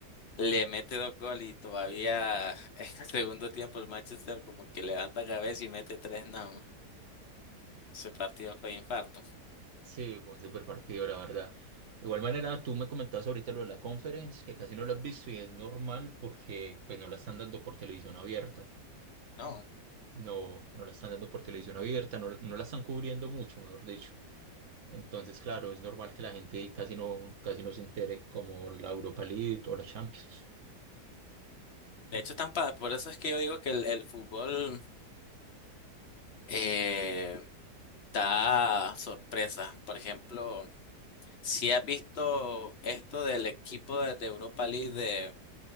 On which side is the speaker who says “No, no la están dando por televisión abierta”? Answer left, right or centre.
Right